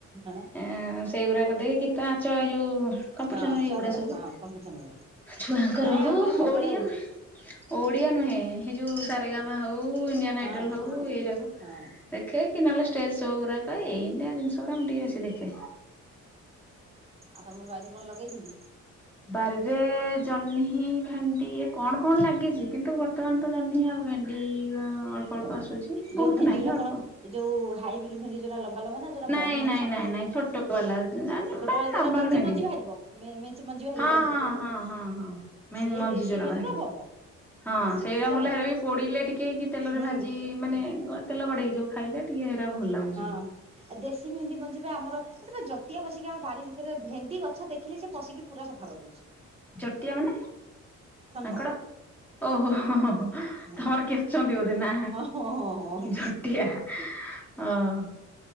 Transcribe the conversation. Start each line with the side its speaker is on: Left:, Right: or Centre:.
Right: ହାଁ
Centre: ଏଁ ସେଇଗୁରାକ ଦେଇକି ଗୀତ ନାଚ ଏଇ ଯୋ
Right: ହଁ
Centre: କମ୍ପିଟେସନ ଏଇଗୁଡା
Right: ଛୁଆଙ୍କର
Centre: ସବୁ
Right: ହଁ କମ୍ପିଟିସନ ଗୁରା।
Centre: ଛୁଆଙ୍କର
Right: ନାଇଁ
Centre: ହଉ
Right: ଆମର ସବୁବେଳେ
Centre: ଓଡିଆ ନୁହଁ। ଓଡିଆ ନୁହେଁ ହେ ଯୋ ସାରେଗାମା ହଉ ଇଣ୍ଡିଆନ
Right: ହଁ
Centre: ଆଇଡଲ ହଉ ଏଇରାକ
Right: ହଁ
Centre: ଦେଖେ କି ନହେଲେ ଷ୍ଟେଜ୍ ସୋ ଗୁରାକ ଏଇନ୍ତିଆ ଜିନିଷ ଗୁରା ମୁଁ ଟିକେ ବେଶୀ ଦେଖେ।
Right: ଆଉ ତମର ବାଇରେ କଣ ଲଗେଇଛନ୍ତି?
Centre: ବାରିରେ ଜହ୍ନି ଭେଣ୍ଡି ଏ କଣ କଣ ଲାଗିଚି କିନ୍ତୁ ବର୍ତ୍ତମାନ ତ ଜହ୍ନି ଆଉ ଭେଣ୍ଡି ଅଳ୍ପ ଅଳ୍ପ ଆସୁଚି
Right: ଯୋଉ
Centre: ବହୁତ
Right: ଭେଣ୍ଡି
Centre: ନାହିଁ
Right: ଗୁରା
Centre: ସେ ଅଳ୍ପ।
Right: କଣ ଏ ଯୋଉ ହାଇବ୍ରିଡ୍ ଭେଣ୍ଡି ଯୋଉଟା ଲମ୍ବା ଲମ୍ବା ନା ଯୋଉଟା
Centre: ନାଇଁ
Right: ବହେ ନାଖେ
Centre: ନାଇଁ
Right: ସାତ
Centre: ନାଇଁ
Right: ପଟ
Centre: ନାଇଁ ଛୋଟ ବାଲା <unintelligible>
Right: ଛୋଟବେଳେ
Centre: ନର୍ମାଲ
Right: ଯୋଉଟା ମେଞ୍ଚେ
Centre: ଭେଣ୍ଡି।
Right: ମଞ୍ଜି ବାହାରିବ ମେ ମେଞ୍ଚେ ମଞ୍ଜି ବାହାରିବ
Centre: ହଁ
Right: ତା ଭିତରୁ
Centre: ହଁ ହଁ ହଁ ହଁ ମ
Right: ସେଇ
Centre: ମଂଜି
Right: ଦେଶୀ
Centre: ଜୋଉରା
Right: ଭେଣ୍ଡି
Centre: ବାହାରେ।
Right: ଟା ଭଲ
Centre: ହଁ
Right: ଦେଶୀ
Centre: ସେଇରା
Right: ଭେଣ୍ଡି ଟା
Centre: ଭଲ ହେରା ବି ପୋଡିଲେ ଟିକେ କି ତେଲରେ
Right: ହୁଁ
Centre: ଭାଜି ମାନେ ତେଲ ଗଡେଇକି ଯୋଉ ଖାଇଲେ ଟିକେ ହେରା ଭଲ ଲାଗୁଚି।
Right: ହଁ। ଆ ଦେଶୀ ଭେଣ୍ଡି ମଞି ଆମର ଏଠି ଜଟିଆ ପଶିକି ଆମ ବାରି ଭିତରେ ଭେଣ୍ଡି ଗଛ ଦେଖିଲେ ସେ ପଶିକି ପୁରା ସଫା କରି ଦଉଚି।
Centre: ଚଟିଆ ମାନେ ମାଙ୍କଡ
Right: ହଁ
Centre: ଓହୋ ହ ହ।
Right: ହଁ
Centre: ତମର କିଏ ଅଛନ୍ତି ବୋଧେ ନା
Right: ହଁ ହଁ
Centre: ଜଟିଆ ହଁ।